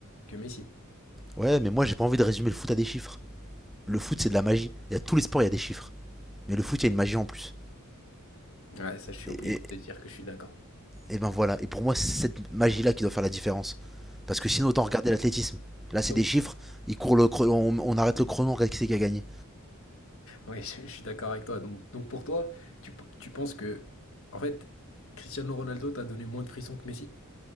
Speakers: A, on the left; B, in the centre.
A: que Messi.
B: Ouais, mais moi, j'ai pas envie de résumer le foot à des chiffres. Le foot, c'est de la magie. Il y a tous les sports, il y a des chiffres. Mais le foot, il y a une magie en plus.
A: Ouais, ça je suis
B: Et,
A: obligé
B: et-
A: de te dire que je suis d'accord.
B: et ben voilà. Et pour moi, c'est cette magie-là qui doit faire la différence. Parce que sinon, autant regarder l'athlétisme. Là, c'est
A: donc
B: des chiffres. Ils courent le chrono- on, on arrête le chrono, on regarde qui c'est qui a gagné.
A: Oui, <laughs> je suis d'accord avec toi. Donc, donc pour toi, tu, p- tu penses que, en fait, Cristiano Ronaldo t'a donné moins de frissons que Messi?